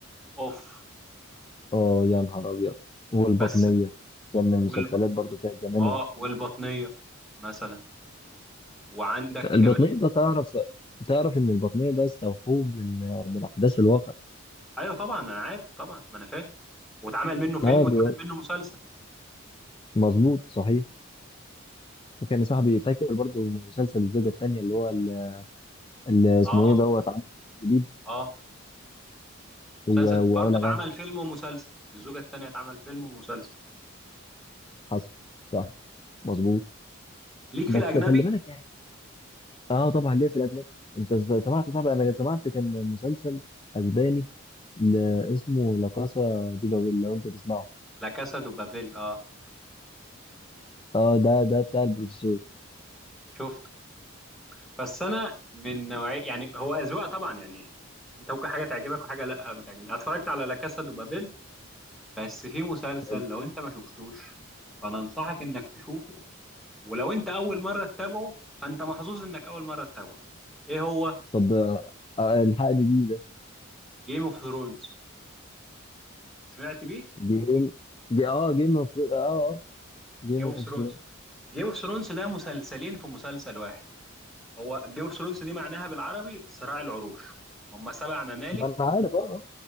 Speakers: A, in the centre; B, on the left.
A: اوف
B: اه يا نهار ابيض والبطنيه
A: بس
B: كان من المسلسلات
A: والب...
B: برضه بتاعت زمان
A: اه والبطنيه مثلا وعندك
B: البطنية
A: كمان
B: ده تعرف تعرف إن البطنية ده استوحوه من من أحداث الواقع
A: ايوه طبعا انا عارف طبعا ما انا فاهم واتعمل منه فيلم
B: اه
A: واتعمل
B: بيقول
A: منه مسلسل
B: مظبوط صحيح وكان صاحبي فاكر برضو مسلسل الزوجة التانية اللي هو ال- اللي اسمه
A: اه
B: إيه دوت عمل جديد
A: اه مسلسل
B: و- وعلا
A: برضه اتعمل
B: غانم
A: فيلم ومسلسل الزوجة التانية اتعمل فيلم ومسلسل
B: حصل صح مظبوط
A: ليك
B: بس
A: في الأجنبي
B: خلي بالك يعني اه طبعا ليه في الأجنبي أنت س- سمعت صاحبي أنا سمعت كان مسلسل أسباني ل- اسمه لا كاسا دي بابيل لو أنت تسمعه
A: لا كاسا دو بابيل اه
B: اه ده ده بتاع البروفيسور
A: شفته بس أنا من نوعية يعني هو أذواق طبعا يعني أنت ممكن حاجة تعجبك وحاجة لا ما تعجبني أنا اتفرجت على لا كاسا دو بابيل بس في مسلسل
B: حلو
A: لو أنت ما شفتوش فأنا أنصحك إنك تشوفه ولو أنت أول مرة تتابعه فأنت محظوظ إنك أول مرة تتابعه إيه هو
B: طب آه، آه، الحقني بيه ده
A: جيم اوف ثرونز سمعت بيه
B: جيم جي اه جيم اوف اه اه جيم
A: جيم
B: اوف
A: اوف ثرونز
B: ثرونز
A: جيم اوف ثرونز ده مسلسلين في مسلسل واحد هو جيم اوف ثرونز دي معناها بالعربي صراع العروش هم سبع ممالك
B: ما انا عارف اه آه.